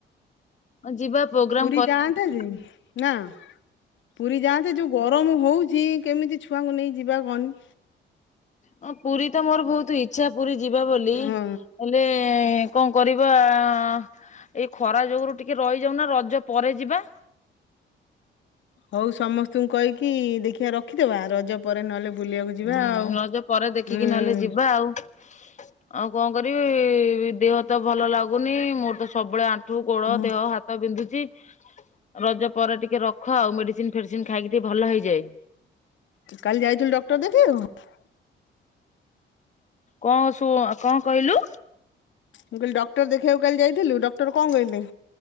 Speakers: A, on the left; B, on the left.
A: ଅ ଯିବା ପ୍ରୋଗ୍ରାମ
B: ପୁରୀ
A: କରି
B: ଯାଆନ୍ତେ
A: <unintelligible>
B: ଯେ ନା ପୁରୀ ଯାଆନ୍ତେ ଯୋଉ ଗରମ ହଉଛି କେମିତି ଛୁଆଙ୍କୁ ନେଇ ଯିବା କହନି।
A: ଅ ପୁରି ତ ମୋର ବୋହୁତ ଇଛା ପୁରି ଯିବା ବୋଲି
B: ହଁ
A: ହେଲେ କଣ କରିବାଆ। ଆଁ ଏଇ ଖରା ଯୋଗୁରୁ ଟିକେ ରହିଯାଉନ ରଜ ପରେ ଯିବା।
B: ହୋଉ ସମସ୍ତଙ୍କୁ କହିକି ଦେଖିଆ ରଖିଦବା ରଜ ପରେ ନହେଲେ ବୁଲିବାକୁ ଯିବା
A: ହୁଁ
B: ଆଉ
A: ରଜ ପରେ ଦେଖିକି
B: ହୁଁ
A: ନହେଲେ ଯିବା ଆଉ। ଆଉ କଣ କରିବି। ଇ ଦେହ ତ ଭଲ ଲାଗୁନି ମୋର ତ ସବୁବେଳେ ଆ ଣ୍ଠୁ ଗୋଡ
B: ହୁଁ
A: ଦେହ ହାତ ବିନ୍ଧୁ ଚି। ରଜ ପରେ ଟିକେ ରଖ ଆଉ ମେଡିସିନ ଫେଡିସିନ ଖାଇକି ଟିକେ ଭଲ ହେଇଯାଏ।
B: କାଲି ଯାଇଥିଲୁ ଡକ୍ଟର ଦେଖେଇବାକୁ?
A: କଣ ଶୁ କଣ କହିଲୁ?
B: ମୁଁ କହିଲି ଡକ୍ଟର ଦେଖେଇବାକୁ କାଲି ଯାଇଥିଲୁ ଡକ୍ଟର କଣ କହିଲେ?